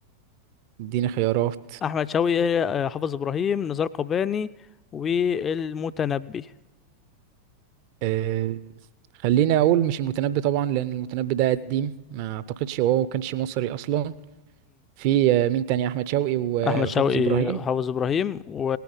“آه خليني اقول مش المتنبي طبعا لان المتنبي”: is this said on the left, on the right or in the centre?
Right